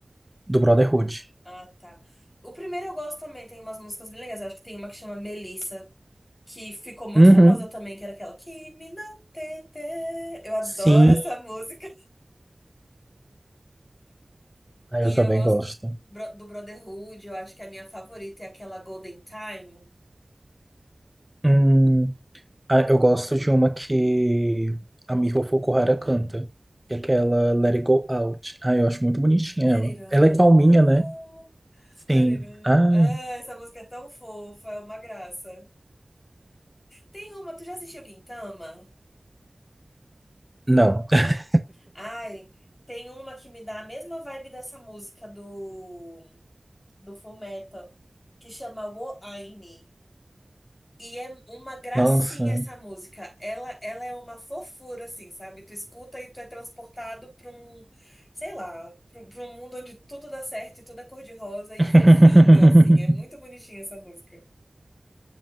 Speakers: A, in the centre; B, on the left.
A: do Brotherhood.
B: Ah, tá. O primeiro eu gosto também, tem umas músicas bem legais. Eu acho que tem uma que chama Melissa, que ficou muito
A: Uhum.
B: famosa também, que era aquela Kimi no Tete. Eu adoro
A: Sim,
B: essa música.
A: ah,
B: E
A: eu também
B: eu gosto
A: gosto.
B: bro- do Brotherhood, eu acho que é a minha favorita é aquela Golden Time.
A: Hum, Ah, eu gosto de uma que a Miho Fukuhara canta, que é aquela Let It Go Out. Ah, eu acho muito bonitinha
B: Let
A: ela.
B: it all
A: Ela é calminha,
B: out,
A: né? Sim.
B: let it all...
A: Ai,
B: Ah, essa música é tão fofa, é uma graça. Tem uma, tu já assistiu Gintama?
A: não. <laughs>
B: Ai, tem uma que me dá a mesma vibe dessa música do, do Fullmetal, que chama Wo Aini. E é uma gracinha
A: Nossa.
B: essa música. Ela, ela é uma fofura, assim, sabe? Tu escuta e tu é transportado pra um, sei lá, pra um pra um mundo onde tudo dá certo e tudo é cor-de-rosa e
A: <laughs>
B: fofinho, assim. É muito bonitinha essa música.